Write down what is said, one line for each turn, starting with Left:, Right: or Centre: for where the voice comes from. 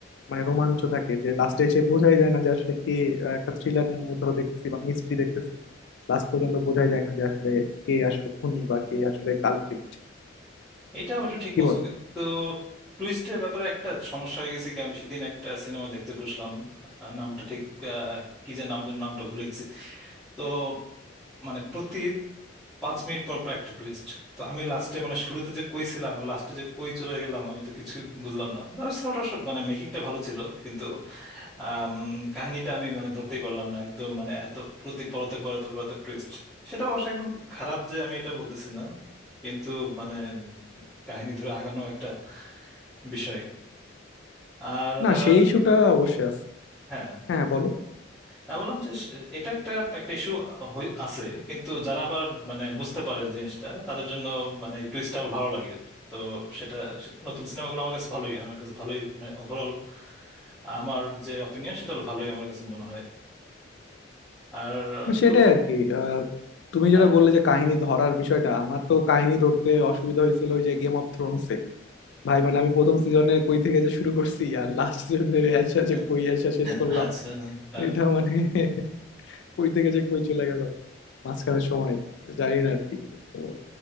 Left: মানে রোমাঞ্চ থাকে যে লাস্টে এসে বোঝাই যায় না যে আসলে কে আহ, একটা থ্রিলার ধরো দেখতেছি বা মিস্ট্রি দেখতেছি লাস্ট পর্যন্ত বোঝাই যায় না যে আসলে কে আসলে খুনি বা কে আসলে কালপ্রিট
Centre: এটা অবশ্য ঠিক
Left: কি
Centre: বলছো
Left: বলো
Centre: কিন্তু টুইস্টের ব্যাপারে একটা সমস্যা হয়ে গেছে কি আমি সেদিন একটা সিনেমা দেখতে বসলাম আহ, নামটা ঠিক আহ, কি যে নাম যেন নামটা ভুলে গেছি তো মানে প্রতি পাঁচ মিনিট পর পর একটা টুইস্ট তো আমি লাস্টে মানে শুরুতে যে কই ছিলাম আর লাস্টে যে কই চলে গেলাম আমি তো কিছু বুঝলাম না আর সিনেমাটা সব মানে মেকিংটা ভালো ছিল কিন্তু আম, কাহিনীটা আমি মানে ধরতেই পারলাম না একদম মানে এত প্রতি পরতে পরতে পরতে টুইস্ট সেটা অবশ্য একদম খারাপ যে আমি এটা বলতেছি না কিন্তু মানে উম, কাহিনী ধরে আগানো একটা বিষয় আর আহ,
Left: না সেই ইস্যুটা অবশ্যই আছে
Centre: হ্যাঁ
Left: হ্যাঁ বলো
Centre: না বললাম যে সে- এটা একটা একটা ইস্যু আছে কিন্তু যারা আবার মানে বুঝতে পারে জিনিসটা তাদের জন্য মানে এই টুইস্টটা আবার ভালো লাগে তো সেটা সে- নতুন সিনেমাগুলো আমার কাছে ভালোই আমার কাছে ভালোই ওভারঅল আমার যে অপিনিয়ন সেটা হলো ভালোই আমার কাছে মনে হয় আর
Left: না, সেটাই
Centre: দু-
Left: আর কি আহ, তুমি যেটা
Centre: হ্যাঁ
Left: বললে যে কাহিনী ধরার বিষয়টা আমার তো কাহিনী ধরতে অসুবিধা হয়েছিল ওই যে গেম অফ থ্রোনসে ভাই মানে আমি প্রথম সিজনে কই থেকে যে শুরু করছি আর লাস্ট সিজনে আইসা
Centre: হ্যাঁ,
Left: যে কই আইসা শেষ করলাম
Centre: আচ্ছা হ্যাঁ
Left: এটা মানে <laughs> কই থেকে যে কই চলে গেল মাঝখানে সময় জানি না আর কি তো